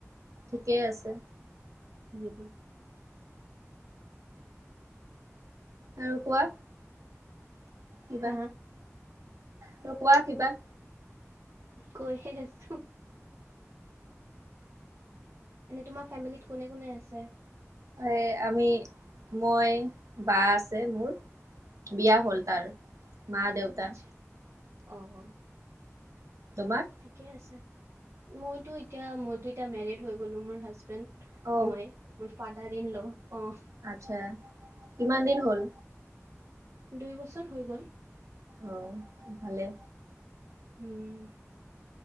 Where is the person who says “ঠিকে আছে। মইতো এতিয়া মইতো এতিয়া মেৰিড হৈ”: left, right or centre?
Right